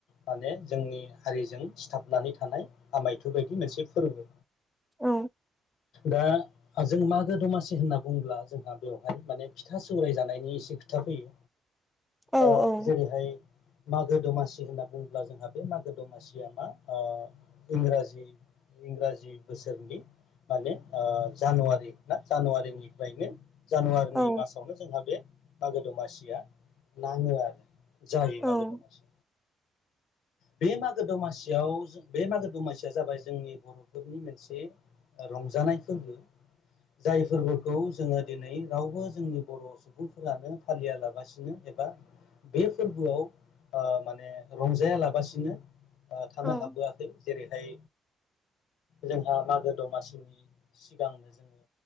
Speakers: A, on the left; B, in the centre.
A: माने जोंनि हारिजों थाबनानै थानाय आमायथ बायदि मोनसे फोरबो
B: औ
A: दा जों मागो दमासि होनना बुंङोब्ला जोंहा बेवहाय माने फिथा सौराय जानायनि एसे खोथा फैयो।
B: औ
A: अ
B: औ
A: जेरैहाय मागो दमासि होनना बुङोब्ला जोंहा बे मागो दमासिया मा इंराजि इंराजि बोसोरनि माने ओ जानुवारि ना जानुवारिनिफ्रायनो जानुवारिनि
B: औ
A: मासावनो जोंहा बे मागो दमासिया नाङो आरो जायो
B: औ
A: मागो दमासि बे मागो दमासियाव जों बे मागो दमासिया जाबाय जोंनि बर'फोरनि मोनसे रंजानायफोरबो जाय फोरबोखौ जोङो दिनै रावबो जोंनि बर' सुबुंफोरानो फालिया लाबासिनो एबा बै फोरबोआव आ माने रंजाया लाबासिनो आ थानो
B: औ
A: हाबोआखै। जेरैहाय जोंहा मागो दमासिनि सि गांनो जोङो